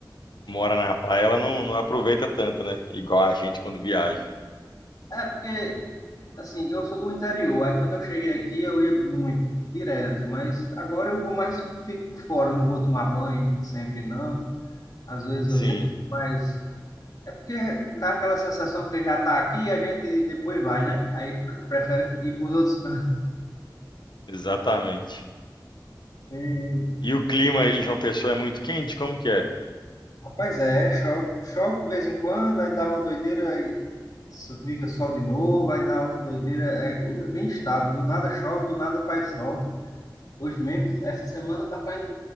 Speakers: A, on the left; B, on the left.
A: mora na praia, ela não, não aproveita tanto, né? Igual a gente quando viaja.
B: É porque, assim, eu sou do interior, aí quando eu cheguei aqui eu ia muito, direto, mas agora eu vou mais, fico por fora, eu não vou tomar banho sempre não, às vezes
A: Sim,
B: eu vou, mas é porque dá aquela sensação que já tá aqui e a gente depois vai, né? Aí pre- prefere ir para os outros cantos.
A: exatamente.
B: <laughs>
A: E o clima aí em João Pessoa é muito quente? Como que é?
B: Rapaz, é, chove, chove de vez em quando, aí dá uma doideira, aí su- fica sol de novo, aí dá outra doideira, é, o- é bem estável, do nada chove, do nada faz sol. Hoje mesmo, essa semana tá fazendo